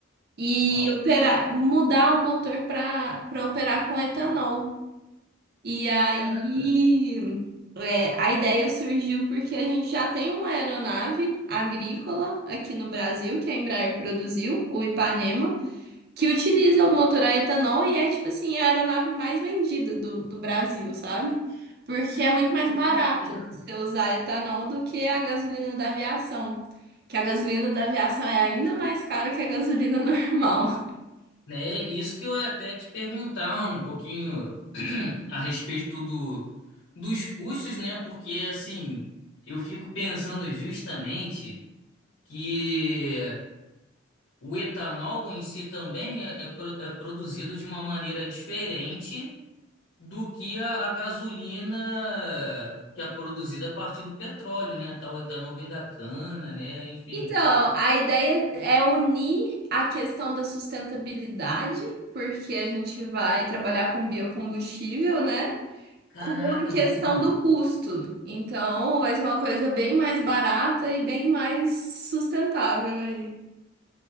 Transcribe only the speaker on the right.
e
operar, mudar o motor para para operar com etanol. E aí
é, a ideia surgiu porque a gente já tem uma aeronave agrícola aqui no Brasil, que a Embraer produziu, o Ipanema, que utiliza o motor a etanol e é tipo assim, a aeronave mais vendida do, do Brasil, sabe? Porque
é muito mais barato
você usar etanol do que a gasolina da aviação. Que a gasolina da aviação é ainda mais cara que a gasolina <laughs> normal.
Então, a ideia é unir a questão da sustentabilidade, porque a gente vai trabalhar com biocombustível, né?
Com a
questão
do custo. Então, vai ser uma coisa bem mais barata e bem mais sustentável aí.